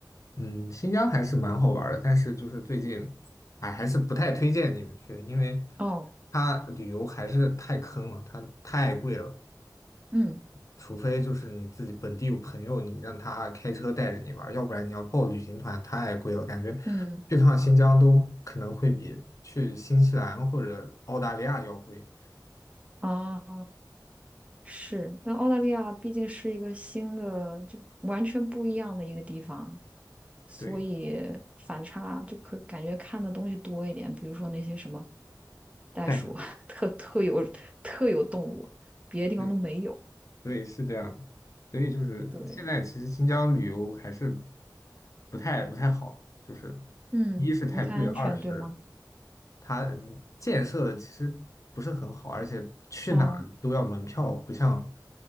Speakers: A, on the left; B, on the right.
A: 嗯，新疆还是蛮好玩儿的，但是就是最近，哎，还是不太推荐你们去，因为
B: 哦，
A: 它旅游还是太坑了，它太贵了。
B: 嗯
A: 除非就是你自己本地有朋友，你让他开车带着你玩儿要不然你要报旅行团太贵了，感觉
B: 嗯，
A: 去趟新疆都可能会比去新西兰或者澳大利亚要贵。
B: 啊，是，但澳大利亚毕竟是一个新的，就完全不一样的一个地方，所以反差就可感觉看的东西多一点，
A: 对，
B: 比如说那些什么袋鼠啊，
A: 太贵
B: <laughs> 特特有特有动物，别的地方都没有。
A: <laughs>。对，是这样的，所以就是现在其实新疆旅游还是
B: 对，
A: 不太不太好，就是
B: 嗯，
A: 一是太贵，
B: 不太安全，
A: 二是
B: 对吗？
A: 它建设的其实不是很好，而且去哪儿都要门票，
B: 哦。
A: 不像